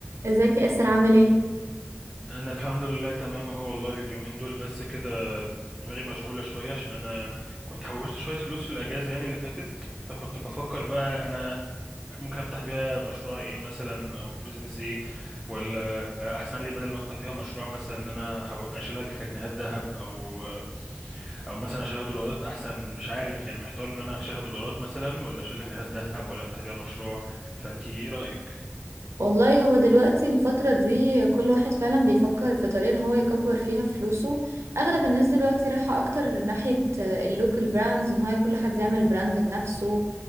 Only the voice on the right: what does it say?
ازيك يا اسر عامل ايه
والله هو دلوقتي الفترة دي كل واحد فعلا بيفكر في طريقة ان هو يكبر فيها فلوسه اغلب الناس دلوقتي رايحة اكتر ناحية اللوكال براندز ان هو كل حد يعمل براند لنفسه